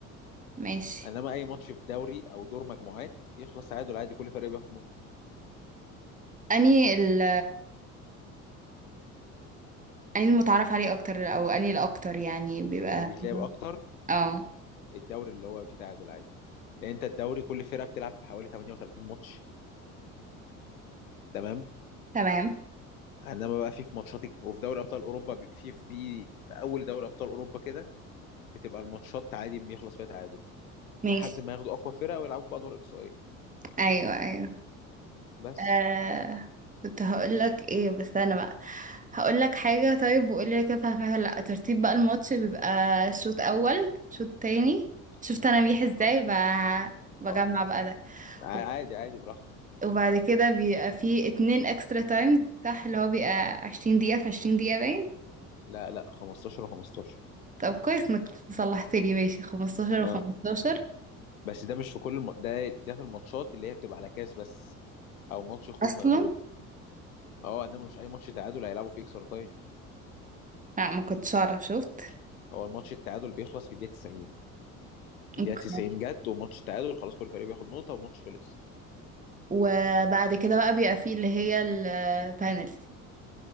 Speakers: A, on the right; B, on the left.
A: ماشي
B: انما اي ماتش في دوري او دور مجموعات يخلص تعادل عادي كل فريق بياخد نقطه
A: اني ال اني المتعارف عليه اكتر او اني الاكتر يعني بيبقى
B: اللي بيتلعب
A: مهم.
B: اكتر
A: اه
B: الدوري اللي هو فيه تعادل عادي لان انت الدوري كل فرقه بتلعب حوالي 38 ماتش تمام
A: تمام
B: انما بقى في في ماتشات الك- وفي دوري ابطال اوروبا بي- في في في اول دوري ابطال اوروبا كده بتبقى الماتشات عادي بيخلص فيها تعادل
A: ماشي
B: لحد ما ياخدوا اقوى فرقه ويلعبوا بقى دور اقصائي
A: ايوه ايوه
B: بس
A: آه... كنت هقول لك ايه بس انا بقى هقول لك حاجه طيب وقول لي كده فاهمها ولا لا ترتيب بقى الماتش بيبقى شوط اول شوط تاني شفت انا بيح ازاي
B: اه
A: ب... بجمع
B: اه
A: بقى ده
B: ع-
A: وب-
B: عادي عادي براحتك
A: وبعد كده بيبقى فيه اتنين اكسترا تايمز صح اللي هو بيبقى عشرين دقيقه في عشرين دقيقه باين
B: لا لا 15 و15
A: طب كويس انك صلحت لي ماشي 15
B: اه
A: و15
B: بس ده مش في كل الم... ده ده في الماتشات اللي هي بتبقى على كاس بس او ماتش خروج
A: اصلا
B: مغلوب اه انما مش اي ماتش تعادل هيلعبوا فيه اكسترا تايم
A: لا ما كنتش اعرف شفت
B: هو الماتش التعادل بيخلص في الدقيقه 90 الدقيقه
A: اوكي
B: 90 جت وماتش التعادل خلاص كل فريق بياخد نقطه والماتش خلص
A: وبعد كده بقى بيبقى فيه اللي هي البانلتي